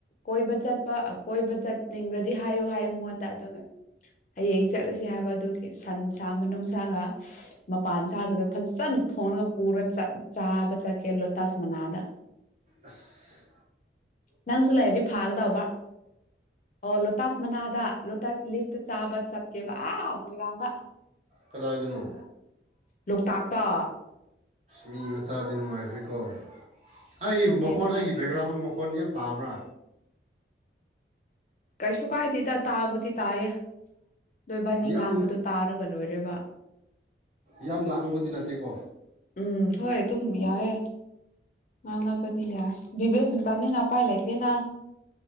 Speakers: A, on the left; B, on the right.
A: ꯀꯣꯏꯕ ꯆꯠꯄ ꯀꯣꯏꯕ ꯆꯠ ꯅꯤꯡꯕ꯭ꯔꯗꯤ ꯍꯥꯏꯌꯨ ꯍꯥꯏꯌꯦ ꯃꯉꯣꯟꯗ ꯑꯗꯨꯒ ꯍꯌꯦꯡ ꯆꯠꯂꯁꯤ ꯍꯥꯏꯕ ꯑꯗꯨꯒꯤ ꯁꯟꯁ ꯁꯥ ꯃꯅꯨꯡ ꯁꯥꯒ ꯃꯄꯥꯟ ꯁꯥꯒꯗꯣ ꯐꯖꯅ ꯊꯣꯡꯒ ꯄꯨꯔꯒ ꯆꯥꯕ ꯆꯠꯀꯦ ꯂꯣꯇꯥꯁ ꯃꯅꯥꯗ
B: ꯑꯁ
A: ꯅꯪꯁꯨ ꯂꯩꯔꯗꯤ ꯐꯥꯒꯗꯧꯕꯕ ꯑꯣ ꯂꯇꯥꯥꯁ ꯃꯅꯥꯗꯥ ꯂꯣꯇꯁ ꯂꯤꯞꯇ ꯆꯥꯕ ꯆꯠꯀꯦꯕ ꯑꯕꯨꯔꯗ
B: ꯀꯗꯥꯗꯅꯣ
A: ꯂꯣꯛꯇꯥꯛꯇ
B: ꯃꯤ ꯃꯆꯥꯗꯤ ꯅꯨꯡꯉꯥꯏꯈ꯭ꯔꯦꯀꯣ ꯑꯩ
A: ꯈꯪꯗꯦ
B: ꯃꯈꯣꯟ
A: ꯅꯨꯡꯉꯥꯏꯒꯗ꯭ꯔꯥ
B: ꯑꯩꯒꯤ ꯕꯦꯛꯒ꯭ꯔꯥꯎꯟ ꯃꯈꯣꯟ ꯌꯥꯝ ꯇꯥꯕ꯭ꯔꯥ
A: ꯀꯩꯁꯨ ꯀꯥꯏꯗꯦꯗ ꯇꯥꯕꯨꯗꯤ ꯇꯥꯏꯌꯦ ꯅꯣꯏ ꯕꯥꯅꯤ
B: ꯌꯥꯝ
A: ꯉꯥꯡꯕꯗꯣ ꯇꯥꯔꯒ ꯂꯣꯏꯔꯦꯕ
B: ꯌꯥꯝ ꯂꯥꯛꯨꯕꯗꯤ ꯅꯠꯇꯦꯀꯣ
A: ꯎꯝ ꯍꯣꯏ ꯑꯗꯨꯝ ꯌꯥꯏꯏꯦ ꯃꯥꯅꯥꯕꯗꯤꯌꯥ ꯕꯤꯕꯦꯁ ꯅꯇꯕꯅꯤꯅ ꯄꯥꯏ ꯂꯩꯇꯦꯅ